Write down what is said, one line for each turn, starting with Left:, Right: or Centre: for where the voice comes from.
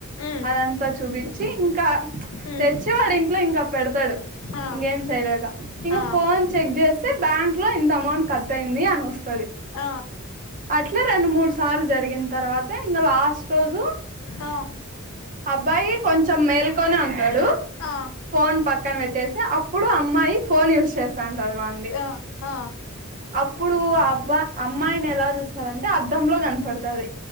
Left: ఉమ్
Right: అదంతా చూపిచి ఇంకా
Left: ఉమ్
Right: తెచ్చి వాడి ఇంట్లో ఇంకా పెడతాడు
Left: ఆ
Right: ఇంకేం చేయలేక ఇంక
Left: ఆ
Right: ఫోన్ చెక్ చేస్తే బ్యాంక్ లో ఇంత అమౌంట్ కట్ అయింది అని వ
Left: ఆ
Right: అట్లా రెండు మూడు సార్లు జరిగిన తర్వాత ఇంగ లాస్ట్ రోజు
Left: ఆ
Right: అబ్బాయి కొంచెం మేల్కొనే ఉంటాడు
Left: ఆ
Right: ఫోన్ పక్కన పెట్టేసి అప్పుడు అమ్మాయి ఫోన్ యూజ్ చే స్తాంటది వాన్ది
Left: ఆ ఆ
Right: అప్పుడు అబ్బా అమ్మాయిని ఎలా చూ స్తాదంటే అద్దంలో కనపడుతాది